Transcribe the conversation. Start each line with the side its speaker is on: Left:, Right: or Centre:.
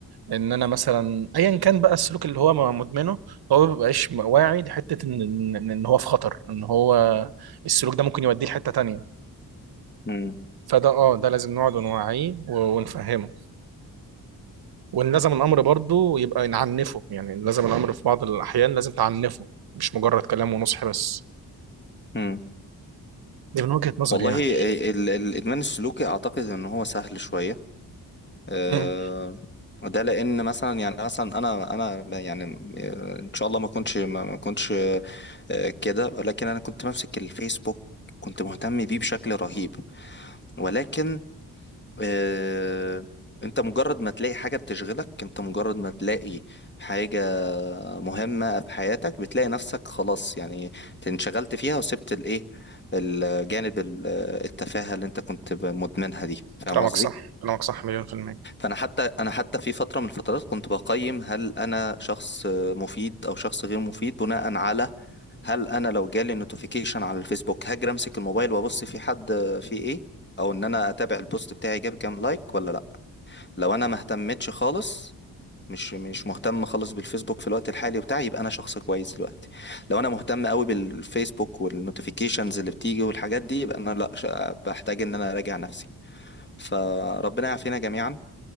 Right: ان انا مثلا ايا كان بقى السلوك اللي هو مدمنه هو ما بيبقاش واعي لحته ان ان إن هو في خطر ان هو السلوك ده ممكن يوديه لحته تانية
Left: مم.
Right: فده اه ده لازم نقعد ونوعيه و- ونفهمه وان لازم الامر برضه يبقى نعنفه يعني لازم الامر في بعض الاحيان لازم تعنفه مش مجرد كلام ونصح بس
Left: مم.
Right: دي من وجهه نظري
Left: والله
Right: يعني
Left: آه، ال- ال- الادمان السلوكي اعتقد ان هو سهل شويه أه
Right: مم.
Left: ده لان مثلا يعني مثلا انا انا يعني آه، ان شاء الله ما كنتش ما ما كنتش آه، آه، كده ولكن انا كنت بمسك الفيسبوك كنت مهتم بيه بشكل رهيب ولكن آه، انت مجرد ما تلاقي حاجة بتشغلك انت مجرد ما تلاقي حاجة مهمة في حياتك بتلاقي نفسك خلاص يعني انشغلت فيها وسبت الايه الجانب ال- التفاهة اللي انت كنت مدمنها دي فاهم
Right: كلامك
Left: قصدي؟
Right: صح كلامك صح مليون في المية
Left: انا حتى انا حتى في فتره من الفترات كنت بقيم هل انا شخص مفيد او شخص غير مفيد بناء على هل انا لو جالي نوتيفيكيشن على الفيسبوك هاجر امسك الموبايل وابص في حد في ايه او ان انا اتابع البوست بتاعي جاب كام لايك ولا لا لو انا ما اهتمتش خالص مش مش مهتم خالص بالفيسبوك في الوقت الحالي بتاعي يبقى انا شخص كويس دلوقتي لو انا مهتم قوي بالفيسبوك والنوتيفيكيشنز اللي بتيجي والحاجات دي يبقى انا لا ش- بحتاج ان انا اراجع نفسي فربنا يعافينا جميعا